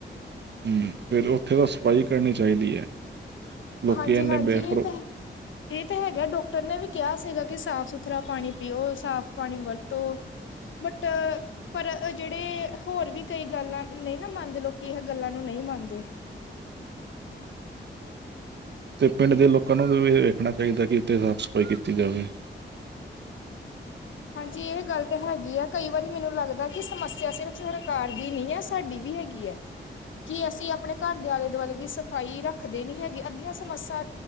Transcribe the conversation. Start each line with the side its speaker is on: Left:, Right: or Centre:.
Right: ਹਮ ਫਿਰ ਉੱਥੇ ਤਾਂ ਸਫਾਈ ਕਰਨੀ ਚਾਹੀਦੀ ਹੈ। ਲੋਕੀ
Left: ਹਾਂਜੀ-ਹਾਂਜੀ
Right: ਇੰਨੇ ਬੇਫਰੋ
Left: ਇਹ ਤਾਂ ਇਹ ਤਾਂ ਹੈਗਾ ਡਾੱਕਟਰ ਨੇ ਵੀ ਕਿਹਾ ਸੀਗਾ ਕਿ ਸਾਫ਼-ਸੁਥਰਾ ਪਾਣੀ ਪੀਓ ਸਾਫ਼ ਪਾਣੀ ਵਰਤੋ ਬਟ ਪਰ ਜਿਹੜੇ ਹੋਰ ਵੀ ਕਈ ਗੱਲਾਂ ਨਹੀਂ ਨਾ ਮੰਨਦੇ ਲੋਕੀ ਇਹ ਗੱਲਾਂ ਨੂੰ ਨਹੀਂ ਮੰਨਦੇ।
Right: ਤੇ ਪਿੰਡ ਦੇ ਲੋਕਾਂ ਨੂੰ ਵੀ ਵੇਖਣਾ ਚਾਹੀਦਾ ਕਿ ਇੱਥੇ ਸਾਫ਼- ਸਫ਼ਾਈ ਕੀਤੀ ਜਾਵੇ।
Left: <unintelligible> ਹਾਂਜੀ ਇਹ ਗੱਲ ਤਾਂ ਹੈਗੀ ਹੈ, ਕਈ ਵਾਰੀ ਮੈਨੂੰ ਲੱਗਦਾ ਕਿ ਸਮੱਸਿਆ ਸਿਰਫ਼ ਸਰਕਾਰ ਦੀ ਨਹੀਂ ਹੈ ਸਾਡੀ ਵੀ ਹੈਗੀ। ਈ ਹੈ। ਕੀ ਅਸੀਂ ਆਪਣੇ ਘਰ ਦੇ ਆਲੇ-ਦੁਆਲੇ ਦੀ ਸਫ਼ਾਈ ਰੱਖਦੇ ਨੀ ਹੈਗੇ ਅੱਧੀਆਂ ਸਮੱਸਿਆ।